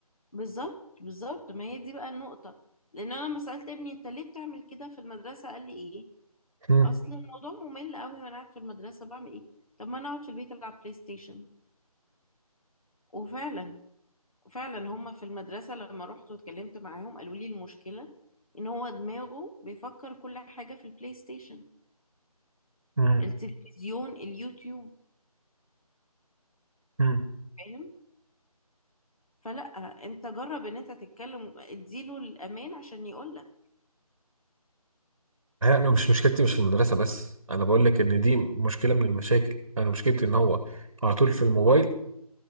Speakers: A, on the left; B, on the right.
A: بالظبط بالظبط ما هي دي بقى النقطة لان انا لما سألت ابني انت ليه بتعمل كده في المدرسة قال لي ايه
B: مم.
A: اصل الموضوع ممل قوي وانا قاعد في المدرسة بعمل ايه طب ما انا اقعد في البيت العب بلاي ستيشن وفعلا فعلا هما في المدرسة لما رحت واتكلمت معاهم قالوا لي المشكلة ان هو دماغه بيفكر كل حاجة في البلاي ستيشن
B: مم.
A: التلفزيون اليوتيوب
B: مم.
A: فاهم فلا انت جرب ان انت تتكلم اديله الامان عشان يقولك
B: لا، انا مش مشكلتي مش في المدرسه بس انا بقول لك ان دي مشكله من المشاكل انا مشكلتي ان هو على طول في الموبايل